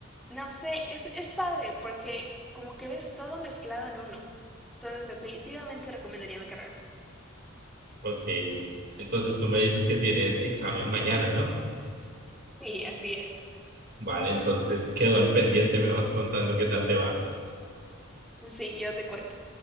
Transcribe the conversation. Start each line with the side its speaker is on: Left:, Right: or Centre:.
Centre: no sé, es, es padre porque como que ves todo mezclado en uno. Entonces, definitivamente recomendaría mi carrera.
Right: Ok, entonces tú me dices que tienes examen mañana, no
Centre: Y así es.
Right: Vale, entonces quedo al pendiente, me vas contando qué tal te va.
Centre: Sí, yo te cuento.